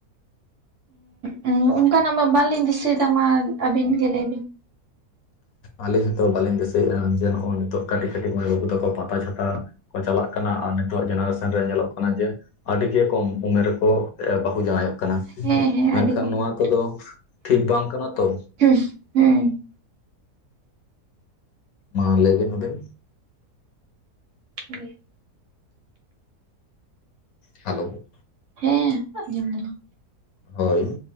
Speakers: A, on the right; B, on the left.
A: ᱦᱮᱸ ᱩᱸ ᱚᱱᱠᱟᱱᱟᱜ ᱢᱟ ᱵᱟᱝᱞᱤᱧ ᱫᱤᱥᱟᱹᱭᱮᱫᱟ ᱢᱟ ᱟᱹᱵᱤᱱ ᱜᱮ ᱞᱟᱹᱭ ᱵᱤᱱ᱾
B: ᱟᱞᱤᱧ ᱦᱚᱸᱛᱚ ᱵᱟᱞᱤᱧ ᱫᱤᱥᱟᱹᱭᱮ ᱟ ᱡᱮ ᱱᱚᱜ-ᱚᱭ ᱱᱤᱛᱚᱜ ᱠᱟᱹᱴᱤᱡᱼᱠᱟᱹᱴᱤᱡ ᱢᱟᱹᱭ ᱵᱟᱹᱵᱩ ᱛᱟᱠᱚ ᱯᱟᱛᱟ ᱪᱷᱟᱛᱟ ᱠᱚ ᱪᱟᱞᱟᱜ ᱠᱟᱱᱟ ᱟᱨ ᱱᱤᱛᱚᱜ ᱡᱮᱱᱟᱨᱮᱥᱮᱱ ᱨᱮ ᱧᱮᱞᱚᱜ ᱠᱟᱱᱟ ᱡᱮ ᱟᱹᱰᱤ ᱜᱮ ᱠᱚᱢ ᱩᱢᱮᱨ ᱨᱮᱠᱚ ᱵᱟᱹᱦᱩ ᱡᱟᱶᱟᱭᱚᱜ ᱠᱟᱱᱟ ᱠᱟᱱᱟ
A: ᱦᱮᱸ ᱦᱮᱸ
B: ᱢᱮᱱᱠᱷᱟᱱ
A: ᱟᱹᱰᱤ ᱠᱚᱢ
B: ᱱᱚᱣᱟ
A: ᱦᱩᱸ
B: ᱠᱚᱫᱚ ᱴᱷᱤᱠ ᱵᱟᱝ ᱠᱟᱱᱟ ᱛᱚ
A: ᱦᱩᱸ ᱦᱮᱸ
B: ᱢᱟ ᱞᱟᱹᱭ ᱵᱤᱱ ᱟᱵᱮᱱ᱾
A: <unintelligible>
B: ᱦᱮᱞᱳ᱾
A: ᱦᱮᱸ ᱟᱸᱡᱚᱢ ᱫᱟᱞᱤᱧ
B: ᱦᱳᱭ